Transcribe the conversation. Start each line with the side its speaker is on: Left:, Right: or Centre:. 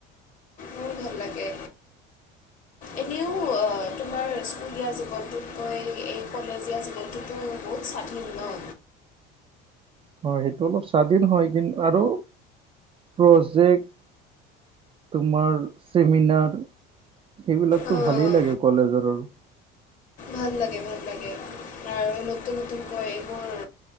Left: বহুত ভাল লাগে। এনেও তোমাৰ স্কুলীয়া জীৱনটোত কৈ এই কলেজীয়া জীৱনটো বহুত স্বাধীন ন?
Right: হয় সেইটো অলপ স্বাধীন হয় কিন্তু আৰু প্ৰজেক্ট তোমাৰ চেমিনাৰ সেইবিলাকতো
Left: অঁ
Right: ভালেই লাগে কলেজৰ আৰু
Left: ভাল লাগে ভাল লাগে তাৰ নতুন নতুনকৈ এইবোৰ